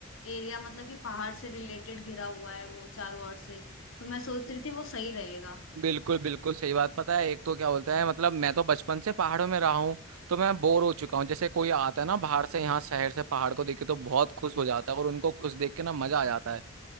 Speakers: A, on the left; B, on the right.
A: एरिया मतलब कि पहाड़ से रिलेटेड घिरा हुआ है वो चारों ओर से तो मैं सोच रही थी वो सही रहेगा
B: बिल्कुल बिल्कुल सही बात पता है एक तो क्या बोलता है मतलब मैं तो बचपन से पहाड़ों में रहा हूँ तो मैं बोर हो चुका हूँ जैसे कोई आता है ना बाहर से यहाँ शहर से पहाड़ को देख के तो बहुत खुश हो जाता है और उनको खुश देख के ना मजा आ जाता है